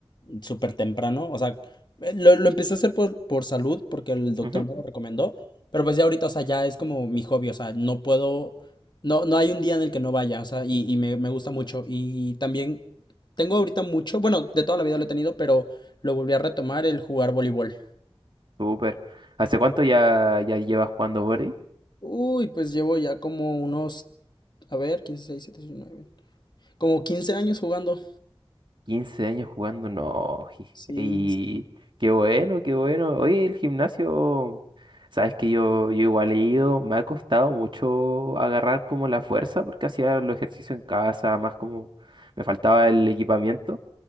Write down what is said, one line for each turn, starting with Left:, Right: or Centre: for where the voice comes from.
Left: súper temprano, o sea, eh, lo, lo empecé a hacer por, por salud porque el doctor
Right: ujú,
Left: me lo recomendó, pero pues ya ahorita, o sea, ya es como mi hobby, o sea, no puedo, no, no hay un día en el que no vaya, o sea, y, y me, me gusta mucho, y también tengo ahorita mucho, bueno, de toda la vida lo he tenido, pero lo volví a retomar el jugar voleibol.
Right: Súper. ¿Hace cuánto ya, ya llevas jugando por
Left: Uy, pues llevo ya como unos A ver, quince seis siete 8, 9. Como 15 años jugando.
Right: 15 años jugando, no. ji-
Left: Sí,
Right: Y qué bueno, qué bueno. Oye, el gimnasio, sabes que yo, yo igual he ido, me ha costado mucho agarrar como la fuerza porque hacía los ejercicios en casa, más como me faltaba el equipamiento,